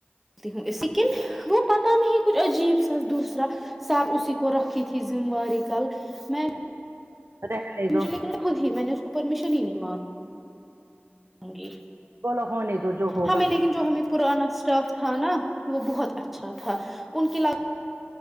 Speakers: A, in the centre; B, on the right.
A: تی ہوں اسیکن وہ پتہ نہیں کچھ عجیب سا دوسرا سار اسی کو رکھی تھی ذمہ واری کل میں
B: رہنےدو
A: مجھے لیکن خود ہی میں نے اس کو پرمیشن ہی نہیں ما ہوں گی
B: بولو ہونے دو جو ہوگا
A: ہمیں لیکن جو ہمیں پرانا اسٹاف تھا نا وہ بہت اچھا تھا ان کی لا